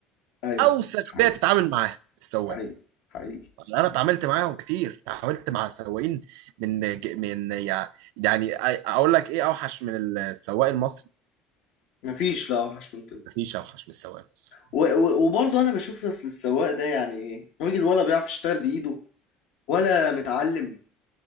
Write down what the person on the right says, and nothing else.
اوسخ
بيئه تتعامل معاها السواق
انا اتعاملت معاهم كتير اتعاملت مع سواقين من ج- من يع- يعني اقول لك ايه اوحش من السواق المصري
مفيش اوحش من السواق المصري